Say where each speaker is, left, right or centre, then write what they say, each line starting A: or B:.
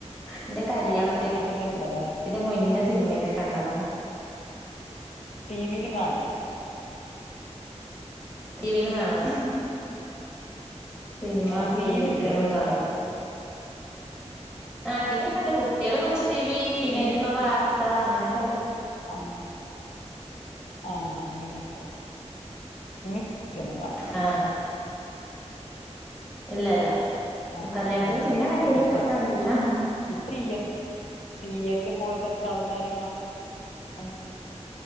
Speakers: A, on the left (about 20°); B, on the left (about 70°).
A: ഇന്റെ ഇ കല്യാണത്തിന്റെ
B: അങ്ങനെല്ലല്ലേ
A: മുന്നേ സിനിമക്കെ കണ്ടതാ
B: ടിവിയിലും കാണില്ല
A: ടിവിയിലും കാണൂലാ സിനിമ
B: ഏ
A: സീരിയലില
B: ടി വി ഇല്ലേ
A: ഒന്നും
B: വീട്ടില്
A: കാണൂല ആ ടി വി ഒക്കെ ഉണ്ട് കുട്ടികൾ കൊച്ച് ടി വി പിന്നെ
B: ടി
A: ഇപ്പൊ വാർത്ത അങ്ങനെക്കെ
B: അങ്ങെ ആ അങ്ങനെയൊക്കെ അധികൊന്നും കാണില്ല
A: ആ ഇല്ല ഇല്ല
B: ആ
A: കല്യാണത്തിന്
B: അയ് ശരി
A: മുന്നേ കണ്ടീനു
B: ഇപ്പ
A: കാണില്ല
B: ഇപ്പ തീയറ്റില് പോയിട്ട് എത്ര ആൾക്കാര് കാണും